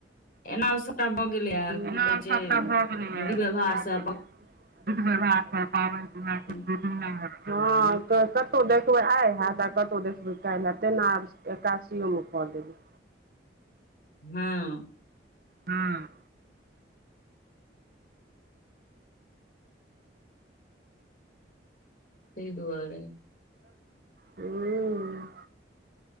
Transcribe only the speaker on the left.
एना ओ सभटा भऽ गेलैए की
कहै छै
विधव्यवहारसँ आ
<unintelligible>
हँ
तै दुआरे